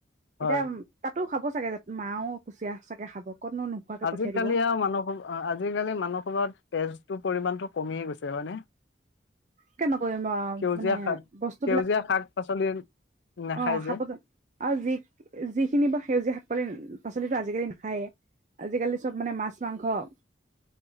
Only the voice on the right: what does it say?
এতিয়া তাতো খাব চাগে। মাওঁ কুচিয়া চাগে খাব। ক'তনো নোখোৱাকে
পঠিয়াই দিব।
কিয় নকৰিম আৰু
মানে
বস্তু
বিলাক,
অ',
শাক- পাচলি, আৰু যি', - যিখিনি বা সেউজীয়া শাক- পাচলি, পাচলিতো আজিকালি নাখায়েই। আজিকালি চব মানে মাছ-মাংস,